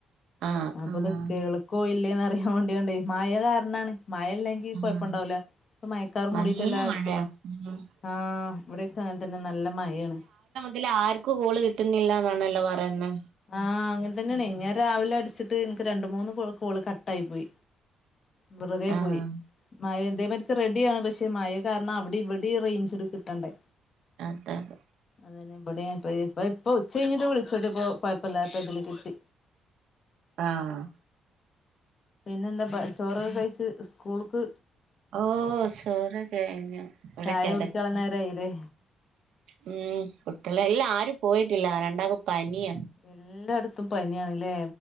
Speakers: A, on the right; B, on the left.
A: ആഹ്
B: അപ്പത്
A: ആഹ്
B: കേൾക്കോ ഇല്ലെ ന്ന് അറിയാൻ വേണ്ടിയാണ്ടേ മഴ കാരണാണ് മഴ ഇല്ലങ്കി
A: ആഹ്
B: കൊയപ്പണ്ടാവൂല ഇപ്പ മയക്കാറ്
A: നല്ല
B: മുടിയിട്ട് എല്ലാർക്കും
A: മഴയാ ഉം ഇന്ന്
B: ആഹ് ഇവിടെക്കെ അങ്ങനെ തന്നെ നല്ല മഴയണ്
A: തില് ആർക്കും കോൾ കിട്ടുന്നില്ലനാണല്ലോ പറയന്നേ
B: ആഹ് അങ്ങന തന്നണേ ഞാൻ രാവിലെ അടിച്ചിട്ട് നിക്ക് രണ്ട് മൂന്ന് കോള് കട്ടായി പോയി വെറുതെ
A: ആഹ്
B: പോയി <unintelligible> റെഡിയാണ് പക്ഷേ മഴയെ കാരണം അവിടെ ഇവിടെ റേഞ്ച് കിട്ടണ്ടേ
A: അത ത
B: അതന്നേ ഇബടെ ഇപ്പൊ ഉച്ച കഴിഞ്ഞിട്ട് വിളിച്ചത് ഇപ്പൊ കൊഴപ്പല്ലാത്തതിൽ കിട്ടി
A: ആഹ്
B: പിന്നന്താ ചോറൊക്കെ കഴിച്ച് സ്കൂൾക്ക്
A: ഓ സോറകഴിഞ്ഞു ഇവിട
B: ചായ
A: കടക്ക
B: കുടിക്കാള്ള നേരായില്ലേ
A: മം കുട്ടിയൾ ഇല്ല ആരും പോയിട്ടില്ല രണ്ടാക് പനിയ
B: എല്ലാടത്തും പനിയാണ്ല്ലേ